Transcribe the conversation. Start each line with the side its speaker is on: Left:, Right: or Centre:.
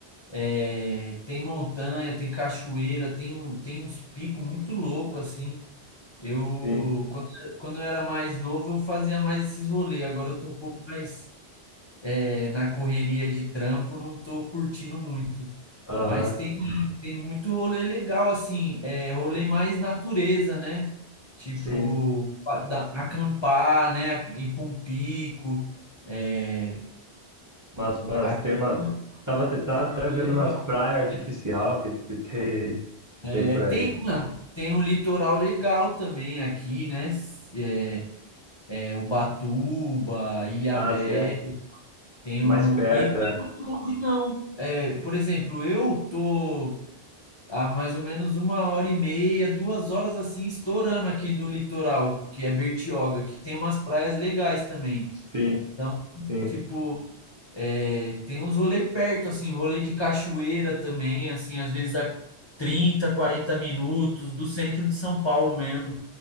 Left: é, tem montanha, tem cachoeira, tem, um- tem uns picos muito loucos, assim. Eu,
Right: Sim,
Left: quando, quando eu era mais novo, eu fazia mais esses rolês, agora eu tô um pouco mais, é, na correria de trampo, não tô curtindo muito.
Right: aham,
Left: Mas tem, tem muito rolê legal, assim, é, rolê mais natureza, né? Tipo,
Right: sim.
Left: a- da- acampar, né? Ir pra um pico. É,
Right: Mas, mas
Left: aqui
Right: tem uma. Tava, te- tá,
Left: tem, um
Right: tá
Left: rolê
Right: vendo
Left: le-
Right: umas praias artificial que, que tem,
Left: é,
Right: tem por
Left: tem,
Right: aí.
Left: mano, tem um litoral legal também aqui, né? S- É, é, Ubatuba, Ilhabela,
Right: Ah, sim, é.
Left: tem
Right: Mais
Left: um...
Right: perto,
Left: E não é
Right: é.
Left: muito longe, não. É, por exemplo, eu tô... a mais ou menos uma hora e meia, duas horas assim, estourando aqui do litoral, que é Bertioga, que tem umas praias legais também.
Right: Sim,
Left: Então,
Right: sim.
Left: tipo, é, tem uns rolê perto, assim, rolê de cachoeira também, assim, às vezes a 30 40 minutos do centro de São Paulo mesmo.